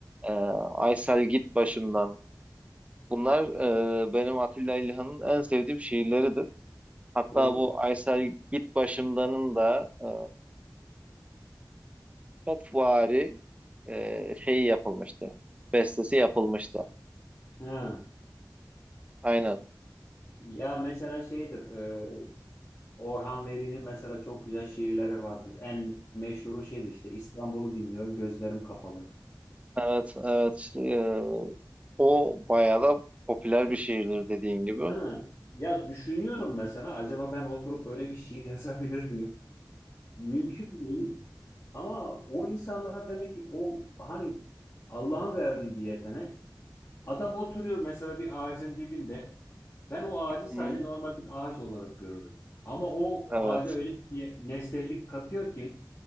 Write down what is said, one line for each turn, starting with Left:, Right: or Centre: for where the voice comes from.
Right: e, Aysel git başımdan. Bunlar e, benim Atilla İlhan'ın en sevdiğim şiirleridir. Hatta
Left: Doğrudur.
Right: bu Aysel git başımdanın da e, çok vari e, şeyi yapılmıştı. Bestesi yapılmıştı.
Left: Ha.
Right: Aynen.
Left: Ya mesela şeydir e, Orhan Veli'nin mesela çok güzel şiirleri vardır. En meşhuru şeydir işte İstanbul'u dinliyorum gözlerim kapalı.
Right: Evet, evet. E, o bayağı da popüler bir şiirdir dediğin gibi.
Left: Değil mi? Ya düşünüyorum mesela acaba ben oturup böyle bir şiir <laughs> yazabilir miyim? Mümkün değil. Ama o insanlar demek ki o hani Allah'ın verdiği bir yetenek. Adam oturuyor mesela bir ağacın dibinde. Ben o ağacı sadece
Right: Hı,
Left: normal bir ağaç olarak görüyorum. Ama o, o
Right: evet.
Left: ağaca öyle bir nesnellik katıyor ki